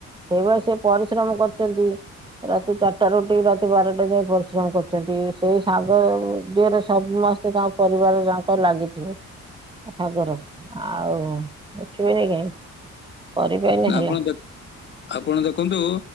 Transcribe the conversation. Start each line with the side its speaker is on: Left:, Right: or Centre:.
Right: ସେଇଭଳିଆ ସେି ପରିଶ୍ରମ କରିୁଛନ୍ତି ରାତି ଚାରିଟାରୁ ଉ ଠୀ ରାତି ବାରଟା ଯାଇ ପରିଶ୍ରମ କରୁଛନ୍ତି ସେଇ ଶାଗ ଦିହରେ ସବୁ ମାସ ତାଙ୍କ ପରିବାର ତାଙ୍କ ଲାଗିଥିଲେ ସାଗର ଆଉ ଉଠିବେନି କାହିଁ କରିବେନି
Left: ଆପଣ
Right: ହେଲା।
Left: ଦେ ଆପଣ ଦେଖନ୍ତୁ।